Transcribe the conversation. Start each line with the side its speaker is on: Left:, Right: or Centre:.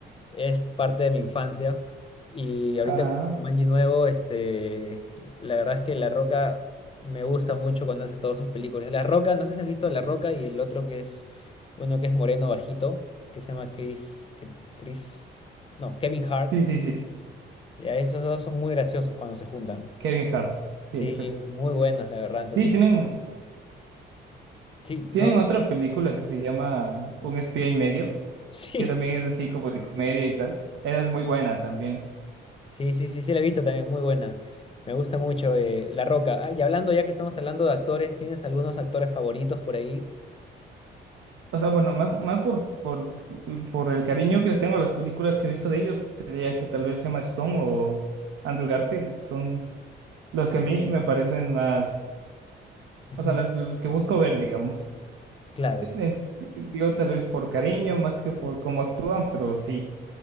Left: es parte de mi infancia. Y ahorita
Right: Ah,
Left: con el Jumanji nuevo, este, la verdad es que La Roca me gusta mucho cuando hace todas sus películas. La Roca, no sé si has visto La Roca y el otro que es uno que es moreno bajito, que se llama Chris, que- Chris, no, Kevin Hart.
Right: sí, sí, sí.
Left: Ya, esos dos son muy graciosos cuando se juntan.
Right: Kevin Hart.
Left: Sí,
Right: Sí, exacto.
Left: muy buenos, la verdad. Entonces,
Right: Sí, tienen,
Left: sí,
Right: tienen
Left: no,
Right: otra
Left: <laughs>
Right: película que se llama Un espía y medio,
Left: sí.
Right: que también es así como de comedia y tal. Esa es muy buena también.
Left: Sí, sí, sí, sí, la he visto también, muy buena. Me gusta mucho eh, La Roca. Ah, y hablando, ya que estamos hablando de actores, ¿tienes algunos actores favoritos por ahí?
Right: O sea, bueno, más, más por, por, por el cariño que les tengo a las películas que he visto de ellos, creía que tal vez Emma Stone o Andrew Garfield son Los que a mí me parecen más,
Left: Ujú,
Right: o sea, las- los que busco ver, digamos.
Left: Claro.
Right: En- Digo, tal vez por cariño, más que por cómo actúan, pero sí.